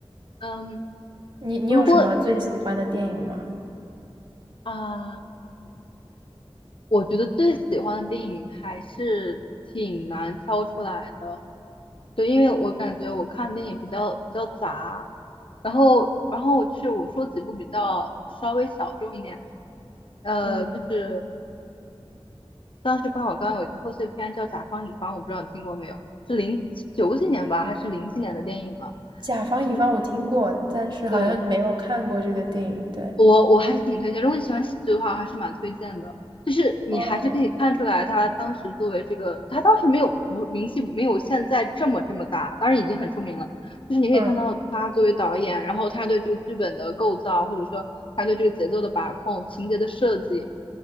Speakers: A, on the left (about 60°); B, on the right (about 50°).
A: 嗯，
B: 你你有什么最喜欢的电影吗？
A: 如果啊。我觉得最喜欢的电影还是挺难挑出来的，对，因为我感觉我看的电影比较比较杂，然后然后我去我说几部比较稍微小众一点的，呃，
B: 嗯，
A: 就是当时冯小刚有一个贺岁片叫《甲方乙方》，我不知道你听过没有，是零九几年吧，还是零几年的电影了？
B: 甲方乙方我听过，
A: 就是
B: 但是好像没有看过这个电影。
A: 对，
B: 对，
A: 我我还是挺推荐，如果你喜欢喜剧的话，我还是蛮推荐的。就是你还是可以看出来，
B: 哦，
A: 他当时作为这个，他当时没有不名气没有现在这么这么大，当然已经很出名了。就是你可以看到他作为导演，
B: 嗯
A: 然后他对这个剧本的构造，或者说他对这个节奏的把控、情节的设计。